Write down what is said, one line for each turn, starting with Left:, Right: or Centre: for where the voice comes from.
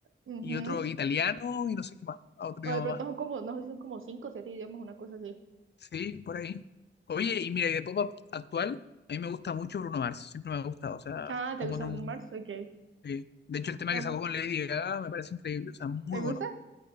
Right: Ujú.
Left: y otro italiano y no sé qué más, ah, otro
Right: O
Left: idioma
Right: de pronto
Left: más.
Right: son como, no sé, si son como cinco o siete idiomas, una cosa así.
Left: Sí, por ahí. Oye, y mira, y de pop up actual, a mí me gusta mucho Bruno Mars, siempre me ha gustado, o sea,
Right: Ah,
Left: lo
Right: ¿te
Left: encuentro
Right: gusta Bruno
Left: un-
Right: Mars? Ok.
Left: sí. De hecho, el tema
Right: Ah,
Left: que
Right: bueno.
Left: sacó con Lady Gaga me parece increíble, o sea, muy
Right: ¿Te
Left: bueno.
Right: gusta?